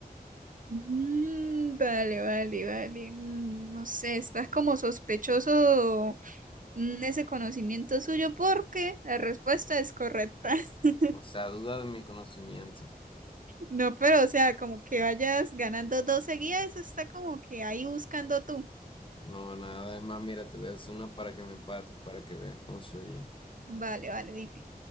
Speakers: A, on the right (about 55°); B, on the left (about 35°).
A: Mm, vale, vale, vale. Mm, no sé, estás como sospechoso mm, ese conocimiento suyo porque la respuesta es correcta. <laughs>
B: O sea, duda de mi conocimiento.
A: No, pero o sea, como que vayas ganando dos seguidas, eso está como que ahí buscando tú.
B: No, nada, es más, mira, te voy a hacer una para que me empates, para que veas con sueño.
A: Vale, vale, dime.